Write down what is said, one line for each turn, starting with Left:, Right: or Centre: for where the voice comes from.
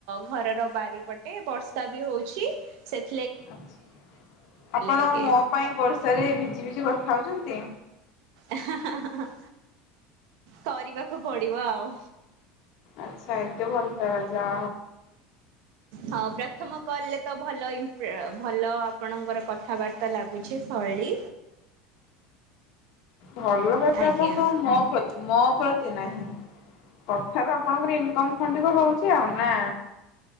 Right: ଘରର ବାରିପଟେ ବର୍ଷା ବି ହଉଛି ସେଥି
Left: ଆଛା ଆପଣ
Right: ଟିକେ
Left: ମୋ ପାଇଁ ବର୍ଷ ରେ ଭିଜି ଭିଜି କଥାହଉଛନ୍ତି
Right: ଇହା ହାଁ ହାଁ କରିବାକୁ ପଡିବ ଆଉ
Left: ଆଚ୍ଛା ଏତେ ଭଲ ପାଉଚ।
Right: ହଁ ପ୍ରଥମ କଲ୍ ରେ ତ ଭଲ ଅ ଭଲ ଆପଣଙ୍କର କଥାବାର୍ତ୍ତା ଲାଗୁଛି। ବେଳି
Left: ଭଲ ପାଇବେ
Right: ଆଜ୍ଞା
Left: ଆପଣଙ୍କ ମୋ ପ୍ରତି ମୋ <unintelligible> କଥାରୁ ଆପଣଙ୍କର ଇନକମ ଖଣ୍ଡିକ ହଉଛି ଆଉ ନା।